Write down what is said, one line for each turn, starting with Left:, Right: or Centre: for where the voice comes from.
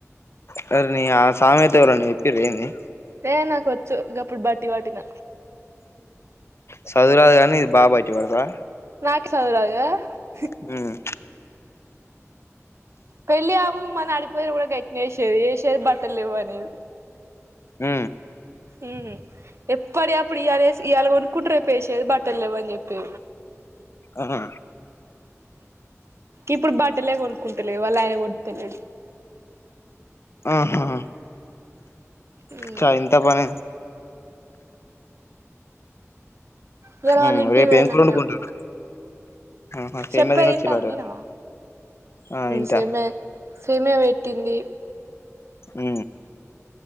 Left: సరే నీ ఆ సామెయత ఎవళ చెప్పింరెంది
Right: ఏ నాకు వచ్చు గప్పుడు బట్టి వటిన
Left: చదువురాదు కానీ ఇది బట్టి పడతావ
Right: నాకి సదువు <unintelligible>
Left: <unintelligible>
Right: పెళ్ళి ఆము మన అడిపోయిన కూడా గట్టిన వేసేది వేసేది బట్టలు లేవు అనేది
Left: ఉ
Right: హు ఎప్పుడ అప్పుడు ఇయళ ఇయాల కొనుక్కుంటారే పేసేది బట్టలు లేవ అని చెప్పి
Left: ఆహ
Right: ఇప్పుడు బట్టలే కొనుక్కుంటలేదు వాళ్ళు ఆయన కొతలే <unintelligible>
Left: ఆహా
Right: హు
Left: చా ఇంత పని
Right: వేరే
Left: మ్మ్
Right: వాళ్ళ ఇంటికి
Left: రేపు
Right: పోయినం
Left: ఏం కూర వండుకుంటారు
Right: మేము
Left: ఆహా సేమ్యా
Right: చెప్పేద
Left: తినొచ్చిల్లాట
Right: <unintelligible>
Left: కదా ఆ ఇంటా
Right: సమె సమేయా పెట్టింది
Left: హు